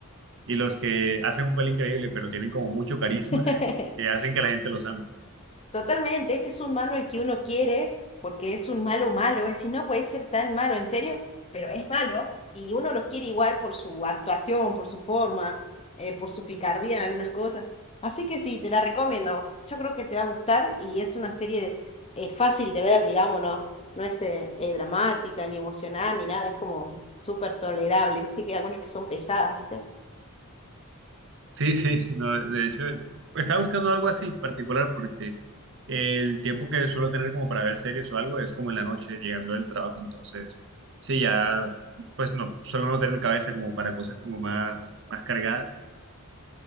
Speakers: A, on the right (about 55°); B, on the left (about 25°).
A: y los que hacen un papel increíble pero tienen como mucho carisma
B: <laughs>
A: <laughs> que hacen que la gente los ame.
B: Totalmente, este es un malo al que uno quiere, porque es un malo malo, es decir, no puede ser tan malo, en serio, pero es malo, y uno lo quiere igual por su actuación, por sus formas, eh, por su picardía en algunas cosas. Así que sí, te la recomiendo. Yo creo que te va a gustar y es una serie eh, fácil de ver, digamos, no, no es eh, eh, dramática, ni emocional, ni nada, es como súper tolerable, viste que hay algunas que son pesadas, ¿viste?
A: Sí, sí, no, de hecho, estaba buscando algo así en particular porque el tiempo que suelo tener como para ver series o algo es como en la noche llegando del trabajo, entonces, sí, ya, pues no, suelo no tener cabeza como para cosas como más, más cargadas.